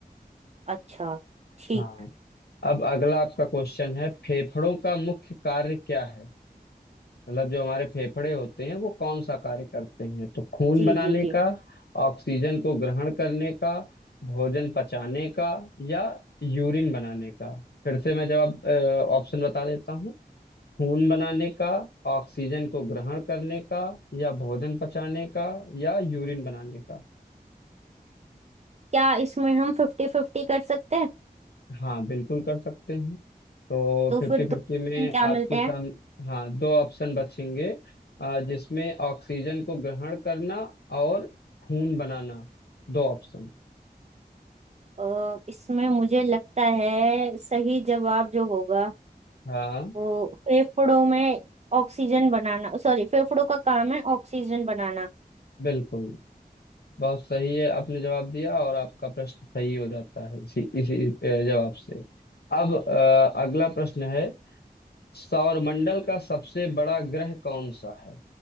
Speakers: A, on the right (about 45°); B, on the left (about 85°).
A: अच्छा ठीक
B: हाँ अब अगला आपका क्वेश्चन है फेफड़ों का मुख्य कार्य क्या है मतलब जो हमारे फेफड़े होते हैं वो कौन सा कार्य करते हैं तो खून
A: जी
B: बनाने
A: जी जी
B: का ऑक्सीजन को ग्रहण करने का भोजन पचाने का या यूरिन बनाने का फिर से मैं जवाब अ, ऑप्शन बता देता हूँ खून बनाने का ऑक्सीजन को ग्रहण करने का या भोजन पचाने का या यूरिन बनाने का
A: क्या इसमें हम फिफ्टी फिफ्टी कर सकते हैं
B: हाँ बिल्कुल कर सकते हैं तो
A: तो
B: फिफ्टी
A: फिर दो
B: फिफ्टी
A: ऑप्शन
B: में
A: क्या
B: आपके
A: मिलते हैं
B: सामने हाँ दो ऑप्शन बचेंगे अ, जिसमें ऑक्सीजन को ग्रहण करना और खून बनाना दो ऑप्शन
A: अ, इसमें मुझे लगता है सही जवाब जो होगा
B: हाँ
A: वो फेफड़ों में ऑक्सीजन बनाना सॉरी फेफड़ों का काम है ऑक्सीजन बनाना
B: बिल्कुल बहुत सही है आपने जवाब दिया और आपका प्रश्न सही हो जाता है इसी इसी अ, जवाब से अब अ, अगला प्रश्न है सौरमंडल का सबसे बड़ा ग्रह कौन सा है